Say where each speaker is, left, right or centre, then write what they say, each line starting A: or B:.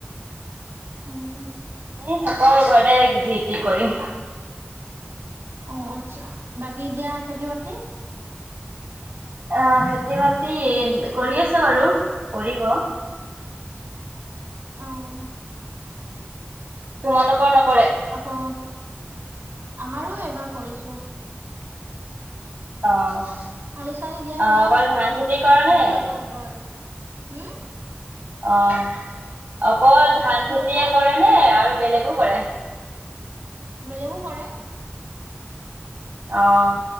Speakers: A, on the right; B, on the right.
A: উম।
B: এনেই থাকো আৰু ঘৰতে যিটি কৰি।
A: অ' আচ্ছা বাকী এতিয়া খেতি-বাতি।
B: আহ' খেতি বাতি কৰি আছে বাৰু কৰিব।
A: অ'।
B: তোমালোকৰ নকৰে?
A: আকৌ, আমাৰো এইবাৰ কৰিছো।
B: অ'।
A: আলি-চালি দিয়া
B: অ',
A: হৈ গ'ল,
B: অকল
A: তাকে
B: ধান খেতি কৰা নে?
A: বোকা ৰোৱা হ'ব আৰু, হম।
B: অ' অকল ধান
A: কি
B: খেতিয়ে
A: কৈছা
B: কৰে নে, আৰু বেলেগো কৰে?
A: বেলেগো কৰে।
B: অ'।